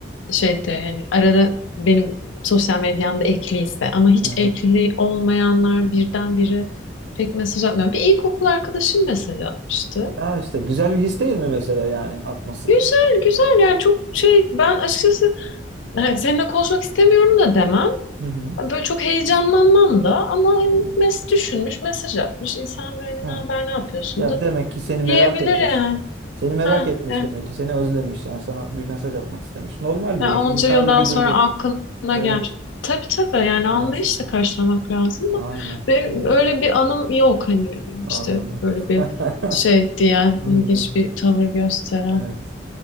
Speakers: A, on the left; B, on the right.
A: şeyde yani arada benim sosyal medyamda ekliyse ama hiç
B: Hı hı.
A: ekli olmayanlar birdenbire pek mesaj atmıyor. Bir ilkokul arkadaşım mesaj atmıştı.
B: Ha işte güzel bir his değil mi mesela yani atması?
A: Güzel güzel yani çok şey ben açıkçası hani seninle konuşmak istemiyorum da demem.
B: Hı hı.
A: Böyle çok heyecanlanmam da ama hani
B: Hı.
A: mes düşünmüş mesaj atmış. İnsan böyle
B: Evet.
A: ne haber ne yapıyorsun
B: Ya
A: da
B: demek ki seni merak
A: diyebilir
B: etmiş.
A: yani.
B: Seni merak
A: Ha,
B: etmiş
A: heh.
B: demek ki seni özlemiş. Yani sana bir mesaj atmak istemiş. Normal
A: Yani
B: bir
A: onca
B: insani
A: yıldan
B: bir
A: sonra
B: duygu.
A: aklına
B: Evet.
A: gelmiş. Tabii tabii yani anlayışla
B: Evet.
A: karşılamak lazım da.
B: Aynen.
A: Benim öyle bir anım yok hani
B: Anladım.
A: işte böyle bir
B: <laughs>
A: şey diyen
B: Hmm,
A: ilginç bir tavır gösteren.
B: Evet.